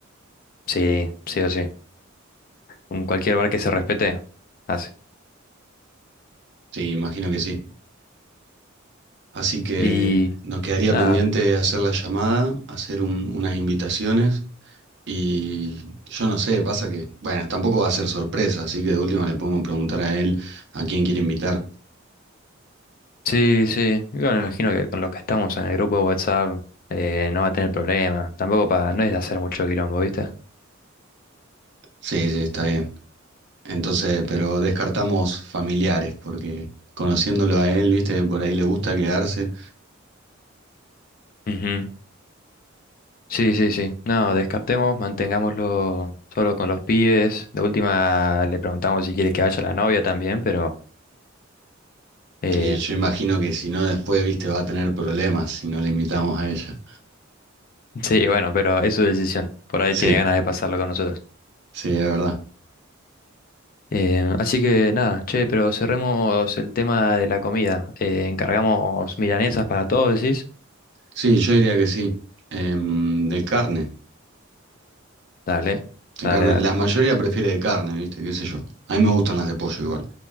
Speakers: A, on the left; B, on the right.
A: Sí, sí o sí. En cualquier bar que se respete, hace.
B: Sí, imagino que sí. Así que
A: Y
B: nos quedaría
A: nada,
B: pendiente hacer la llamada, hacer un- unas invitaciones. Y yo no sé, pasa que, bueno, tampoco va a ser sorpresa, así que de última le podemos preguntar a él a quién quiere invitar.
A: sí, sí. Yo me imagino que con los que estamos en el grupo de WhatsApp eh, no va a tener problema. Tampoco para, no es de hacer mucho quilombo, ¿viste?
B: Sí, sí, está bien. Entonces, pero descartamos familiares, porque conociéndolo a él, viste, por ahí le gusta quedarse.
A: Ujú. Sí, sí, sí. No, descartemos, mantengámoslo solo con los pibes. De última le preguntamos si quiere que vaya la novia también, pero eh,
B: Y yo imagino que si no, después, viste, va a tener problemas si no le invitamos a ella.
A: sí, bueno, pero es su decisión. Por ahí
B: Sí,
A: tiene ganas de pasarlo con nosotros.
B: sí, es verdad.
A: Eh, así que nada, che, pero cerremos el tema de la comida. Eh, encargamos milanesas para todos, decís.
B: Sí, yo diría que sí. Em, de carne,
A: Dale,
B: de
A: dale,
B: carne.
A: dale.
B: La mayoría prefiere de carne, viste, qué sé yo. A mí me gustan las de pollo igual.